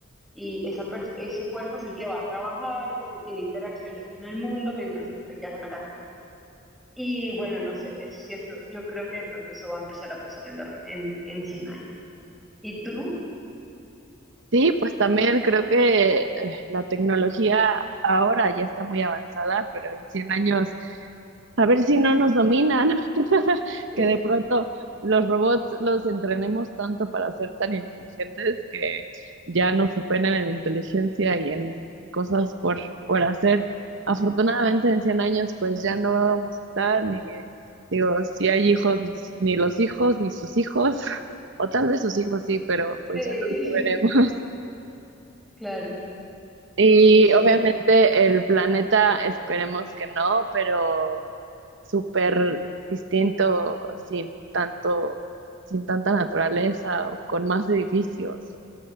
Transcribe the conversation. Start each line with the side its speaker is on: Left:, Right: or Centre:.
Centre: y esa per- ese cuerpo es el que va a trabajar, es el que tiene interacciones en el mundo mientras tú te quedas en la casa. Y bueno, no sé, eso sí, eso, yo creo que de pronto eso va a empezar a pasar en, la re- en, en cien años. ¿Y tú?
Right: Sí, pues también creo que eh, la tecnología ahora ya está muy avanzada, pero en 100 años, a ver si no nos dominan, <laughs>
Centre: <laughs>
Right: que de pronto los robots los entrenemos tanto para ser tan inteligentes que ya nos superen en inteligencia y en cosas por, por hacer. Afortunadamente en 100 años pues ya no vamos a estar ni, digo, si hay hijos, ni, ni los hijos, ni sus hijos, <laughs> o tal vez sus hijos sí, pero pues
Centre: Sí,
Right: ya no lo veremos.
Centre: claro,
Right: Y
Centre: sí, sí,
Right: obviamente el planeta, esperemos que no, pero súper distinto, sin tanto, sin tanta naturaleza, o con más edificios, o